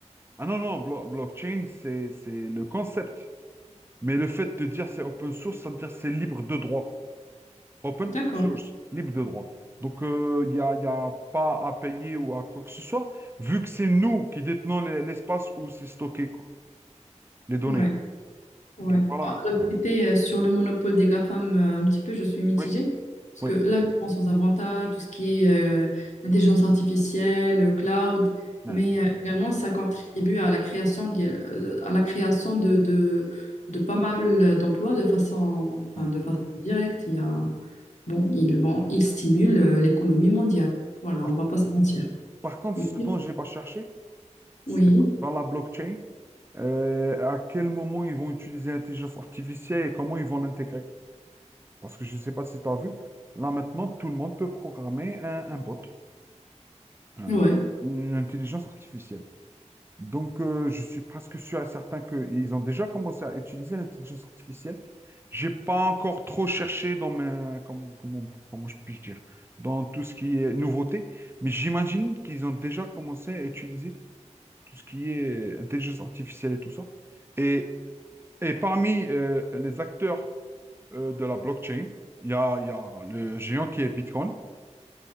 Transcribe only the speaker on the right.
Ah non, non, blo- blockchain, c'est c'est le concept. Mais le fait de dire c'est open source, ça veut dire c'est libre de droit. Open
source, libre de droit. Donc, euh, il n'y a, il y a pas à payer ou à quoi que ce soit, vu que c'est nous qui détenons les- l'espace où c'est stocké, quoi, les données.
Donc, voilà.
Oui,
oui.
Ouais,
ouais.
Par,
par contre,
ce dont je n'ai pas cherché, c'est
dans dans la blockchain, euh, à quel moment ils vont utiliser l'intelligence artificielle et comment ils vont l'intégrer. Parce que je ne sais pas si tu as vu, là maintenant, tout le monde peut programmer un un bot. un-
une intelligence artificielle. Donc, euh, je suis presque sûr et certain qu'ils ont déjà commencé à utiliser l'intelligence artificielle. J'ai pas encore trop cherché dans mes, comment, comment, comment je puis dire, dans tout ce qui est nouveauté, mais j'imagine qu'ils ont déjà commencé à utiliser tout ce qui est intelligence artificielle et tout ça. Et, et parmi euh, les acteurs euh, de la blockchain, il y a, il y a le géant qui est Bitcoin.